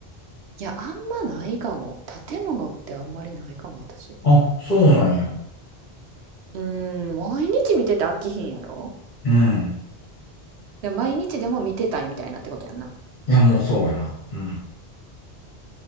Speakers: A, on the right (about 80°); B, on the left (about 50°).
A: いや、あんまないかも。建物ってあんまりないかも、私。
B: あ、そうなんや。
A: うーん、毎日見てて飽きひんやろ
B: うん。
A: で、毎日でも見てたいみたいなってことやんな。
B: いや、もうそうやな。うん。